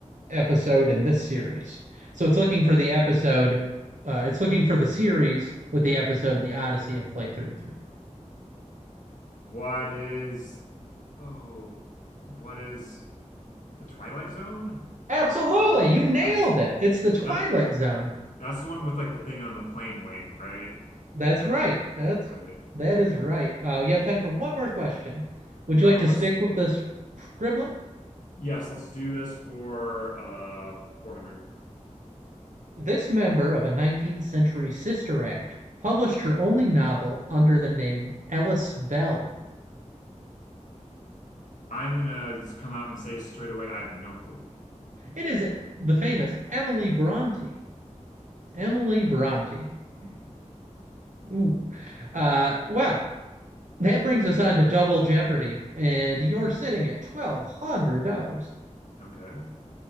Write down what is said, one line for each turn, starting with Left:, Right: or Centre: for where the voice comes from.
Right: episode in this series. So it's looking for the episode. Uh, it's looking for the series with the episode The Odyssey of Flight 33.
Left: What is, oh, what is the Twilight Zone?
Right: Absolutely, you nailed
Left: Nice.
Right: it. It's the Twilight
Left: That
Right: Zone.
Left: that's the one with like the thing on the plane wing, right?
Right: That's
Left: That
Right: right.
Left: person,
Right: That's
Left: right?
Right: that is right. Uh, you have time for one more question. Would you
Left: Uh,
Right: like to
Left: let's
Right: stick with this scribbling?
Left: yes, let's do this for uh 400.
Right: This member of a 19th century sister act published her only novel under the name Ellis Bell.
Left: I'm gonna just come out and say straight away, I have no clue.
Right: It is the famous Emily Bronte. Emily Bronte.
Left: Hmm.
Right: Ooh. Uh, well, that brings us on to Double Jeopardy, and you're sitting at $1,200.
Left: Okay,